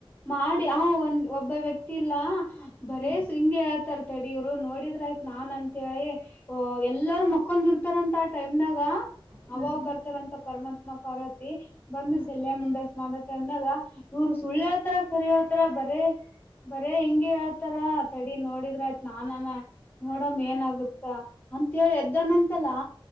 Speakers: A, on the left; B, on the right.
A: ಮಾಡಿ ಹ ಒಂದ್ ಒಬ್ಬ ವ್ಯಕ್ತಿ ಇಲ್ಲ ಬರೇ
B: ಹ್ಮ್ ಹ್ಮ್
A: ಹಿಂಗೆ ತರ್ತರತಡಿ ಇವ್ರು ನೋಡಿದ್ರ ಆಯ್ತತ್ ನಾನ್ ಅಂತೇಳಿ ಓಹೋ, ಎಲ್ಲಾರೂ ಮಕ್ಕಂದ ಇರ್ತಾರಂತ ಆ ಟೈಮ್ನಾಗ
B: ಹ್ಮ್
A: ಅವಾಗ್
B: ಹ್ಮ್
A: ಬರ್ತಾರಂತ ಪರಮಾತ್ಮ, ಪಾರ್ವತಿ. ಬಂದು
B: ಹ್ಮ್
A: ಸೆಲ್ಯ ಮುಂಡಸ್ ಮಾಡ ಟೈಮ್ನಾಗ ಇವ್ರು ಸುಳ್ಳ್ಯತರ ಕರೆಹೇಳ್ತಾರ ಬರೇ ಬರೇ ಹಿಂಗೆ ಹೇಳ್ತಾರ ತಡಿ ನೋಡಿದ್ರ ಆಯ್ತ ನಾನಾನ ನೋಡಮ್ಮ ಏನಾಗುತ್ತ ಅಂತ ಹೇಳಿ ಎದ್ದನಂತಲ್ಲಾ